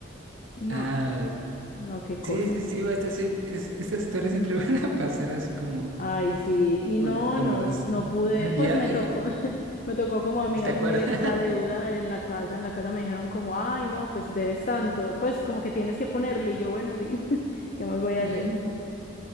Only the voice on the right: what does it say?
Ah,
sí, sí, sí, estas, estas historias siempre <laughs> van a pasar así como
con,
con
los...
<clears throat>
Ya,
eh,
¿te
acuerdas?
<laughs>
Y